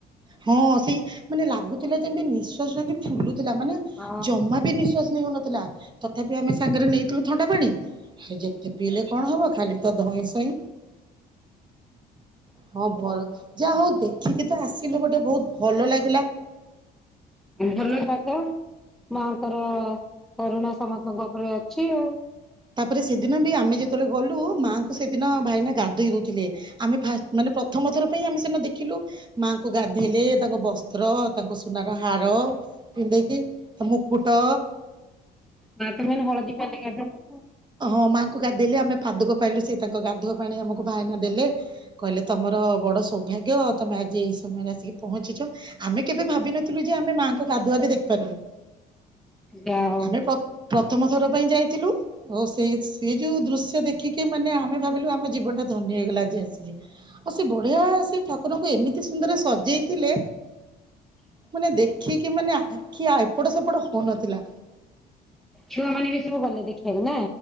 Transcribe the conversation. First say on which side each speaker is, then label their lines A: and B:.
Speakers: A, on the right; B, in the centre.
A: ହଁ ସେଇ ମାନେ ଲାଗୁଥିଲା ଯେମିତି ନିଶ୍ଵାସଟା ଫୁଲୁଥ ଥିଲା ମାନେ
B: ହଁ
A: ଜମା ବି ନିଶ୍ୱାସ ନେଇ ହଉନଥିଲା ଥିଲା ତଥାପି ଆମେ ସାଙ୍ଗରେ ନେଇଥିଲୁ ଥଣ୍ଡା ପାଣି ଯେତେ ପିଇଲେ କଣ ହବ ଖାଲି ତ ଧଇଁ ସଇଁ ହଁ ଭଲ ଯାହା ହଉ ଦେଖିକି ତ ଆସି କିନ୍ତୁ ଗୋଟେ ବହୁତ ଭଲ ଲାଗିଲା।
B: ଭଲ ଜାଗା। ମାଙ୍କର କରୁଣା ସମସ୍ତଙ୍କ ଉପରେ ଅଛି ଆଉ।
A: ତାପରେ ସେଦିନ ବି ଆମେ ଯେତେବେଳେ ଗଲୁ ମାଆଙ୍କୁ ସେଦିନ ଭାଇନା ଗାଧୋଇ ଦଉଥିଲେ ଆମେ ଫାଷ୍ଟ ମାନେ ପ୍ରଥମ ଥର ପାଇଁ ଆମେ ସେନା ଦେଖିଲୁ ମାଆଙ୍କୁ ଗାଧେଇଲେ ତାଙ୍କ ବସ ପତ୍ର ତାଙ୍କୁ ସୁନାର ହାର ପିନ୍ଧେଇକି ତା ମୁକୁଟ
B: ନାତି ମାନେ ହଳଦୀପାଣୀରେ ଗାଧାନ୍ତି ଆଉ
A: ମୋ ମାଆଙ୍କୁ ଗାଧେଇଲେ ଆମେ ପାଦୁକ ପାଇଲୁ ସେ ତାଙ୍କ ଗାଧୁଆ ପାଣି ଆମକୁ ଭାଇନା ଦେଲେ କହିଲେ ତମର ବଡ ସୌଭାଗ୍ୟ ତମେ ଆଜି ଏଇ ସମୟରେ ଆସିକି ପହଞ୍ଚିଛ ଆମେ କେବେ ଭାବିିନଥିଲୁ ଯେ ଆମେ ମାଆଙ୍କୁ ଗାଧୁଆ ବି ଦେଖିପାରିବୁ।
B: ଯାହଉ
A: ଆମେ ପ୍ର ପ୍ରଥମ ଥର ପାଇଁ ଯାଇଥିଲୁ ଓ ସେ ସେଇ ଯୋଉ ଦୃଶ୍ୟ ଦେଖିକି ମାନେ ଆମେ ଭାବିଲୁ ଆମ ଜୀବନ ଟା ଧନ୍ୟ ହେଇଗଲା ଆଜି ଆସିକି ଆଉ ସ ସେ ବଢିଆ ସେ ଠାକୁରଙ୍କୁ ଏମିତି ସୁନ୍ଦର ସଜେଇଥିଲେ। ମାନେ ଦେଖିକି ମାନେ ଆଖି ଏପଟ ସେପଟ ହଉନଥିଲା।
B: ଛୁଆମାନେ ବି ସବୁ ଗଲେ ଦେଖିବାକୁ ନା?